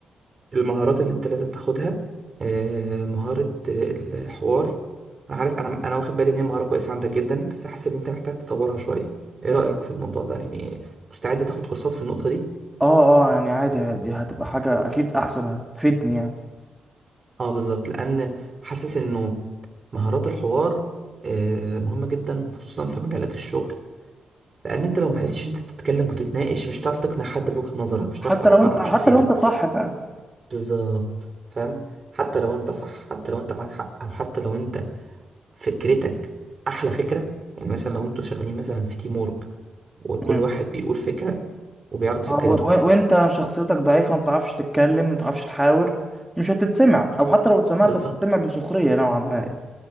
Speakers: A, on the right; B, in the centre.
A: المهارات اللي انت لازم تاخدها آه، مهاره آه، الحوار انا عارف انا انا واخد بالي ان هي مهاره كويسه عندك جدا بس حاسس ان انت محتاج تطورها شويه ايه
B: مم.
A: رايك في الموضوع ده يعني مستعد تاخد كورسات في النقطه دي
B: اه اه يعني عادي ه- دي هتبقى حاجه اكيد احسن هتفيدني يعني
A: اه بالظبط لان حاسس انه مهارات الحوار آه، مهمه جدا خصوصا في مجالات الشغل لان انت لو معرفتش انت تتكلم وتتناقش مش هتعرف تقنع حد بوجهة نظرك مش
B: حتى
A: هتعرف تعبر
B: لو انت
A: عن
B: حتى
A: شخصيتك
B: لو انت صح فعلا
A: بالظبط فاهم حتى لو انت صح حتى لو انت معاك حق او حتى لو انت فكرتك احلى فكرة يعني مثلا لو انتوا شغالين مثلا في تيم وورك وكل
B: مم.
A: واحد بيقول فكرة وبيعرض فكرته
B: آه، و- و- وانت شخصيتك ضعيفه ما بتعرفش تتكلم ما بتعرفش تحاور مش هتتسمع او حتى لو اتسمعت
A: بالظبط
B: هتتسمع بسخريه نوعا ما يعني.